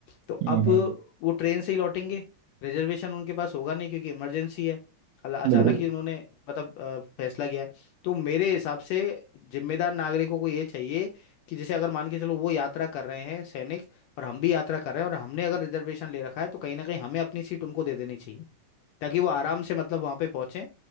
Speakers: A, on the left (about 80°); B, on the right (about 75°).
A: तो
B: हम्म
A: अब
B: हम्म,
A: वो ट्रेन से ही लौटेंगे रिजर्वेशन उनके पास होगा नहीं क्योंकि इमरजेंसी है अल- अचानक
B: बिल्कुल
A: ही उन्होंने मतलब अ, फैसला किया है तो मेरे हिसाब से जिम्मेदार नागरिकों को ये चाहिए कि जैसे अगर मान के चलो वो यात्रा कर रहे हैं सैनिक और हम भी यात्रा कर रहे हैं और हमने अगर रिजर्वेशन ले रखा है तो कहीं ना कहीं हमें अपनी सीट उनको दे देनी चाहिए ताकि वो आराम से मतलब वहां पे पहुंचे